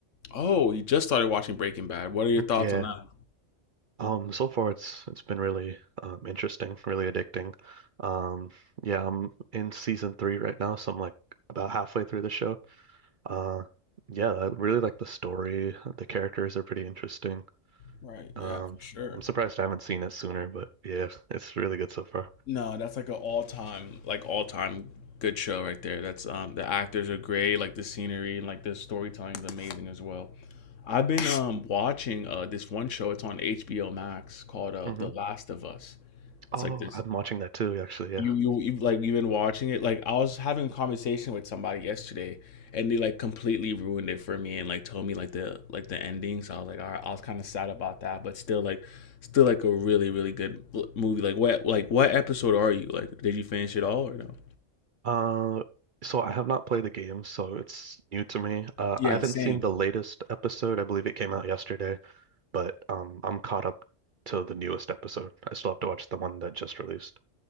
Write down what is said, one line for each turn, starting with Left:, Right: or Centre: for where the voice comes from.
Left: oh, you just started watching Breaking Bad. What are your thoughts
Right: Yeah.
Left: on that?
Right: Um so far it's it's been really um interesting, really addicting. Um yeah, I'm in season three right now, so I'm like about halfway through the show. Uh yeah, I really like the story. The characters are pretty interesting.
Left: Right.
Right: Um
Left: Yeah, for sure.
Right: I'm surprised I haven't seen it sooner, but yeah, it's really good so far.
Left: No, that's like an all-time, like all-time good show right there. That's um, the actors are great. Like the scenery and like the storytelling is amazing as well. I've been um watching uh this one show. It's on HBO Max called uh
Right: hmm
Left: The Last of Us.
Right: Oh,
Left: It's like this
Right: I'm watching that too, actually, yeah.
Left: you you you- like you've been watching it like i was having a conversation with somebody yesterday and they like completely ruined it for me and like told me like the like the ending so i was like all right i was kind of sad about that but still like still like a really really good l- movie like what like what episode are you like did you finish it all or no
Right: Uh, so I have not played the game, so it's new to me. Uh,
Left: yeah
Right: I haven't
Left: same
Right: seen the latest episode. I believe it came out yesterday, but um, I'm caught up to the newest episode. I still have to watch the one that just released.